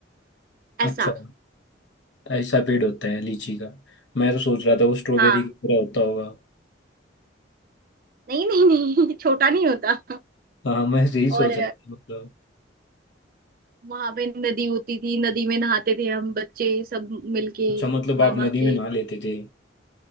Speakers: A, on the right (about 50°); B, on the left (about 70°).
A: ऐसा
B: अच्छा ऐसा पेड़ होता है लीची का मैं तो सोच रहा था वो स्ट्रॉबेरी
A: हाँ
B: की तरह होता होगा
A: नहीं नहीं नहीं <laughs> छोटा नहीं होता
B: हाँ मैं यही सोच
A: और
B: रहा था मतलब
A: वहां पे नदी होती थी नदी में नहाते थे हम बच्चे सब मिलके
B: अच्छा मतलब आप
A: मामा
B: नदी
A: के
B: में नहा लेते थे